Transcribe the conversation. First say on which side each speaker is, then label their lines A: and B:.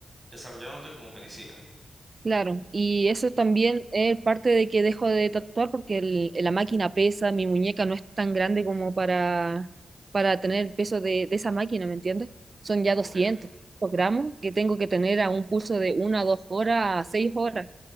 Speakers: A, on the right; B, on the right.
A: desarrollándote como medicina.
B: Claro, y eso también
A: Ujú,
B: es parte de que dejo de tatuar porque el- la máquina pesa, mi muñeca no es tan grande como para, para tener el peso de, de esa máquina, ¿me entiendes? Son ya
A: Ok.
B: doscientos gramos que tengo que tener a un pulso de una, a dos horas, a seis horas.